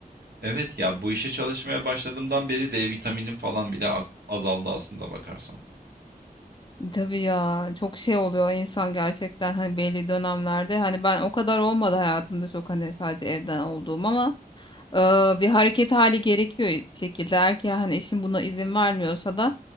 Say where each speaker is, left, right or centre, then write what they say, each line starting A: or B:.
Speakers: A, on the right (about 85°); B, on the left (about 30°).
A: Evet ya bu işe çalışmaya başladığımdan beri D vitaminim falan bile a- azaldı aslında bakarsan.
B: Tabii ya çok şey oluyor insan gerçekten hani belli dönemlerde hani ben o kadar olmadı hayatımda çok hani sadece evden olduğum ama e, bir hareket hali gerekiyor bir şekilde. Eğer ki hani eşim buna izin vermiyorsa da